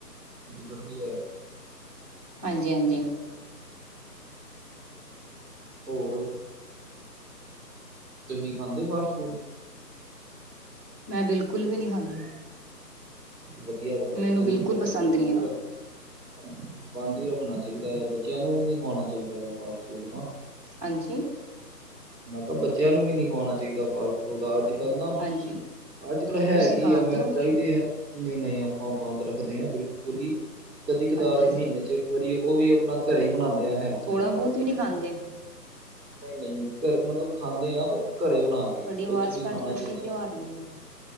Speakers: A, in the centre; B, on the right.
A: ਗੜ ਵੀ ਹੈ।
B: ਹਾਂਜੀ ਹਾਂਜੀ।
A: ਹੋਰ। ਤੁਸੀ ਖਾਂਦੇ ਫਾਸਟ ਫੂਡ।
B: ਮੈਂ ਬਿਲਕੁਲ ਵੀ ਨਹੀ ਖਾਂਦੀ।
A: ਵਧੀਆ ਗੱਲ
B: ਮੈਨੂੰ
A: ਚੰਗੀ
B: ਬਿਲਕੁਲ
A: ਗੱਲ
B: ਪਸੰਦ
A: ਬੰਦ
B: ਨਹੀਂ ਹੈਗਾ
A: ਹੀ ਰੱਖੋ। ਬੰਦ ਹੀ ਰੱਖਣਾ ਚਾਹੀਦਾ ਹੈ ਬੱਚਿਆਂ ਨੂੰ ਵੀ ਨਹੀਂ ਖਵਾਉਣਾ ਚਾਹੀਦਾ ਆ ਫਾਸਟ ਫੂਡ ਤਾਂ।
B: ਹਾਂਜੀ।
A: ਮੈਂ ਕਿਹਾ ਬੱਚਿਆਂ ਨੂੰ ਵੀ ਨਹੀਂ ਖਵਾਣਾ ਚਾਹੀਦਾ ਫਾਸਟ ਫੂਡ ਅੱਜ ਕੱਲ ਨਾ।
B: ਹਾਂਜੀ
A: ਅੱਜ ਕੱਲ੍ਹ ਹੈ
B: ਤੁਸੀਂ ਖਾਂਦੇ
A: ਆ ਮੈਂਦਾਂ
B: ਹੋ
A: ਹੀ ਤੇ ਹੈ ਨਹੀਂ ਨਹੀਂ ਆਪਾਂ ਬੰਦ ਰੱਖਦੇ ਹਾਂ ਬਿਲਕੁਲ। <inaudible> <inaudible> ਕਦੀ ਕਦਾਰ
B: ਹਾਂਜੀ
A: ਮਹੀਨੇ ਚ ਇੱਕ ਵਾਰੀ ਉਹ ਵੀ ਆਪਣਾ ਘਰੇ ਹੀ ਬਣਾਉਂਦੇ ਆ ਹੈਲਥੀ
B: ਥੋੜ੍ਹਾ
A: ਸਮਾਨ।
B: ਬਹੁਤ <inaudible> <inaudible>
A: ਨਹੀਂ ਨਹੀਂ ਘਰ ਮਤਲਬ ਖਾਂਦੇ ਹਾਂ ਪਰ। ਘਰੇ ਬਣਾ ਕੇ
B: ਤੁਹਾਡੀ
A: ਕੁਛ
B: ਆਵਾਜ਼
A: ਵੀ
B: ਕੱਟ
A: ਖਾਣਾ
B: ਕੱਟ
A: ਜਿੱਦਾਂ
B: ਕੇ ਕਿਉਂ ਆ ਰਹੀ ਹੈ?